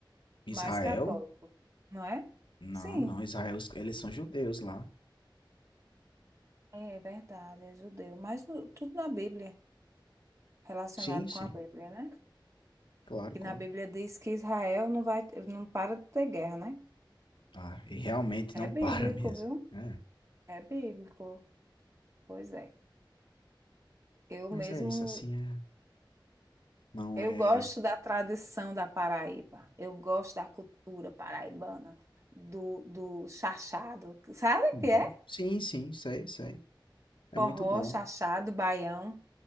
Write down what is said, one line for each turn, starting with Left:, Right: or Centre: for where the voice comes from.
Left: Israel?
Right: mais católico, não é?
Left: Não,
Right: Sim,
Left: não, Israel, os- eles são judeus lá.
Right: é verdade, é judeu, mas no- tudo na Bíblia, relacionado
Left: Sim, sim,
Right: com a Bíblia, né?
Left: claro,
Right: Que
Left: claro.
Right: na Bíblia diz que Israel não vai, não para de ter guerra, né?
Left: Ah, e realmente
Right: É
Left: não
Right: bíblico,
Left: <laughs> para mesmo.
Right: viu?
Left: É,
Right: É bíblico. Pois é. Eu
Left: mas
Right: mesmo,
Left: é isso, assim, é, não
Right: eu
Left: é.
Right: gosto da tradição da Paraíba. Eu gosto da cultura paraibana, do, do chachado. Sabe
Left: Uhum.
Right: o que é?
Left: Sim, sim, sei, sei. É
Right: Forró,
Left: muito bom,
Right: chachado, baião.